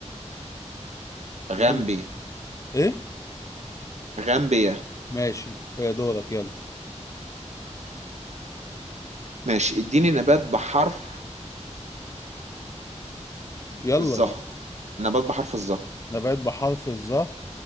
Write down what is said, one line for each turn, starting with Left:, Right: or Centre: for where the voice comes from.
Left: يلا
Right: غامبيا
Left: ايه
Right: غامبيا
Left: ماشي إيه دورك يلا
Right: ماشي اديني نبات بحرف
Left: يلا
Right: الظهر نبات بحرف الظهر
Left: نبات بحرف الظا